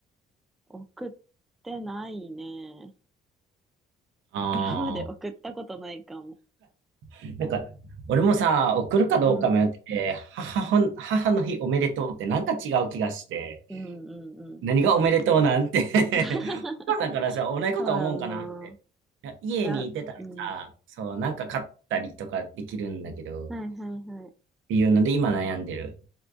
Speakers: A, in the centre; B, on the right.
A: 送ってないね。
B: ああ
A: 今まで送ったことないかも。
B: ー、なんか、俺もさ、送るかどうか迷ってて、
A: うん。
B: 母ほん、母の日おめでとうってなんか違う気がして、
A: うんうんうん。
B: 何がおめでとうなんて <laughs>
A: <laughs>
B: お母さんからさ、同じこと思うんかなって。
A: そうやんな。
B: いや家にいてたらさ、
A: いや、うん。
B: そう、なんか買ったりとかできるんだけど、
A: はいはいはい。
B: っていうので今悩んでる。